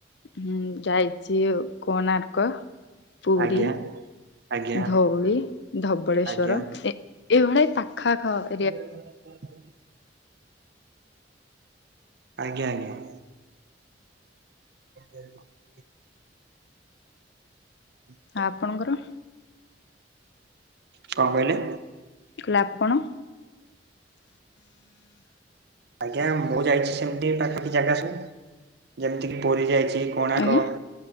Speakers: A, on the left; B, on the right.
A: ହୁଁ ଯାଇଚି କୋଣାର୍କ ପୁରୀ,
B: ଆଜ୍ଞା। ଆଜ୍ଞା
A: ଧଉଳି, ଧବଳେଶ୍ଵର
B: ଆଜ୍ଞା
A: ଏଇଭଳିଆ ପାଖା, ଆଖ
B: <inaudible> ଆଜ୍ଞା, ଆଜ୍ଞା। ହୁଁ ହୁଁ
A: ଆପଣଙ୍କର?
B: କଣ କହିଲେ?
A: କ- ଆପଣ?
B: ଆଜ୍ଞା ମୁଁ ଯାଇଛି, ସେମିତି ପାଖାପାଖି ଜାଗା ସବୁ। ଯେମିତି କିି ପୁରୀ ଯାଇଛି କୋଣାର୍କ,
A: ଆଜ୍ଞା